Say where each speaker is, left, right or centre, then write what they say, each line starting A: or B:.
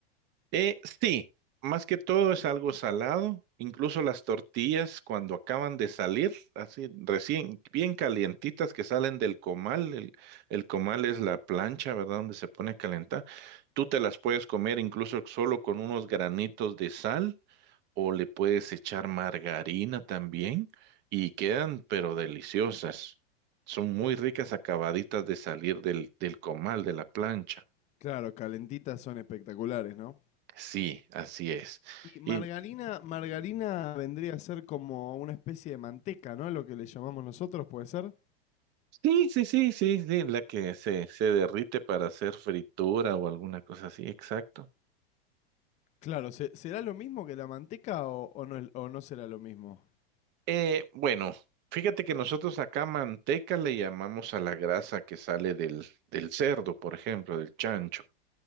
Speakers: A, on the right; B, on the left.
A: Eh, sí, más que todo es algo salado, incluso las tortillas cuando acaban de salir, así recién, bien calientitas que salen del comal, el, el comal es la plancha, ¿verdad? Donde se pone a calentar. Tú te las puedes comer incluso solo con unos granitos de sal o le puedes echar margarina también y quedan pero deliciosas. Son muy ricas acabaditas de salir del, del comal, de la plancha.
B: Claro, calentitas son espectaculares, ¿no?
A: Sí, así es.
B: Y margarina,
A: Y
B: margarina vendría a ser como una especie de manteca, ¿no? Lo que le llamamos nosotros, ¿puede ser?
A: Sí, sí, sí, sí, sí, la que se, se derrite para hacer fritura o alguna cosa así, exacto.
B: Claro, ¿se- ¿será lo mismo que la manteca o, o no, o no será lo mismo?
A: Eh, bueno, fíjate que nosotros acá manteca le llamamos a la grasa que sale del, del cerdo, por ejemplo, del chancho.